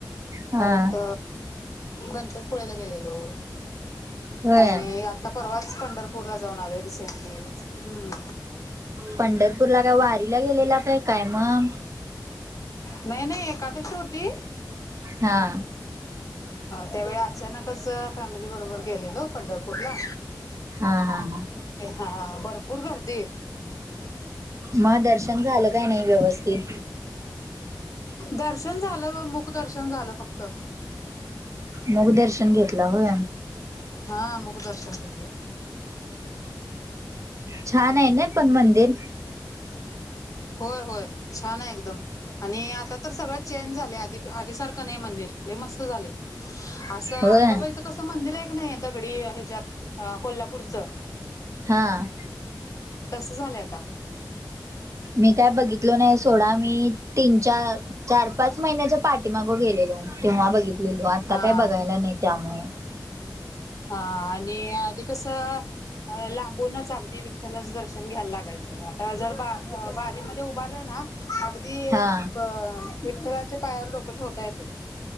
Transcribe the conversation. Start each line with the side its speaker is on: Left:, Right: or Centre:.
Right: हा
Left: परत गणपतपुळ्याला गेलेलो
Right: होय
Left: आणि आ आता परवाच पंढरपूरला जाऊन आलोय रिसेंटली हम्
Right: पंढरपूरला काय वारीला गेलेला काय काय मग
Left: नाही नाही एकादशी होती
Right: हा
Left: त्यावेळी अचानक असं फॅमिली बरोबर गेलेलो पंढरपूरला
Right: हा हा.
Left: ए हा, भरपूर गर्दी!
Right: मग दर्शन झालं काय नाही व्यवस्थित?
Left: दर्शन झालं बग मूक दर्शन झालं फक्त.
Right: मूक दर्शन घेतला होय.
Left: हा मूक दर्शन घेतलं.
Right: छान आहे ना पण मंदिर?
Left: होय होय छान आहे एकदम आणि आता तर सगळं चेंज झाले आधी आधी सारखं. कने मंदिर हे मस्त झाले. असं
Right: होय
Left: अंबाबाईचं कसं मंदिर आहे की नाही दगडी ह्याच्यात. अ कोल्हापूरचं!
Right: हां.
Left: तसं झालंय आता.
Right: मी काय बघितलो नाही सोडा मी तीन चा चार पाच महिन्याच्या पाठीमाग गेलेलो, तेव्हा बघितलेलो आता
Left: हा
Right: काय बघायला नाही त्यामु
Left: हा आणि आधी कसं लांबूनच अगदी विठ्ठलाचं दर्शन घ्यायला लागायचं. आता जर बा बारीमध्ये उभारलं ना अगदी.
Right: हा
Left: अ विठ्ठलाच्या पायावर डोकं ठेवता येत.